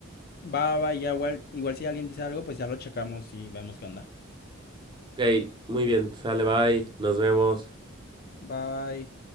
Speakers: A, on the left (about 45°); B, on the right (about 20°).
A: Va, va, ya igual, igual si alguien dice algo, pues ya lo checamos y vemos qué onda.
B: Ok, muy bien, sale, bye, nos vemos.
A: Bye.